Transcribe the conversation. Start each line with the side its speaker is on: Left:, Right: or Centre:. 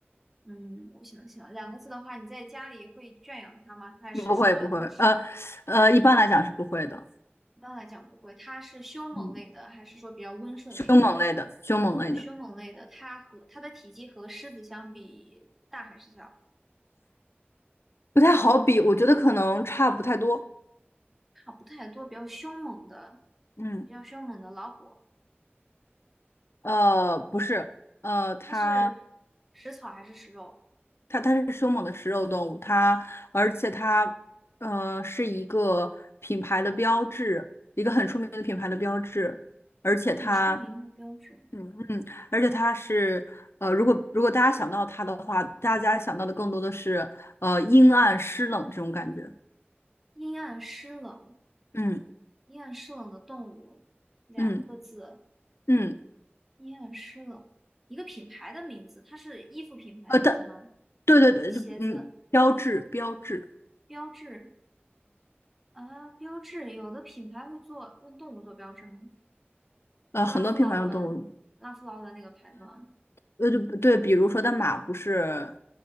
Centre: 嗯，我想想，两个字的话，你在家里会圈养它吗？还是说它是
Left: 不会，不会，呃，呃，一般来讲是不会的，
Centre: 一般来讲不会？它是凶猛类的，
Left: 嗯，
Centre: 还是说比较温顺类的？
Left: 凶猛类的，凶猛类的，
Centre: 凶猛类的，它和它的体积和狮子相比大还是小？
Left: 不太好比，我觉得可能差不太多，
Centre: 差不太多，比较凶猛的，
Left: 嗯，
Centre: 比较凶猛的老虎，
Left: 呃，不是，呃，它，
Centre: 它是食草还是食肉？
Left: 它，它是凶猛的食肉动物，它，而且它，呃，是一个品牌的标志，一个很出名的品牌的标志，而且它。
Centre: 一个很出名的标志。
Left: 嗯。而且它是呃，如果如果大家想到它的话，大家想到的更多的是呃阴暗湿冷这种感觉。
Centre: 阴暗湿冷，
Left: 嗯
Centre: 阴暗湿冷的动物，两个字，
Left: 嗯嗯，
Centre: 阴暗湿冷。一个品牌的名字，它是衣服品牌名字吗？
Left: 呃，它对对对，
Centre: 鞋子
Left: 嗯，标志标志，
Centre: 标志啊，标志，有的品牌会做用动物做标志吗？
Left: 呃，很多平凡的动物，
Centre: 拉夫劳伦，拉夫劳伦那个牌子吗？
Left: 呃，就对，比如说但马不是，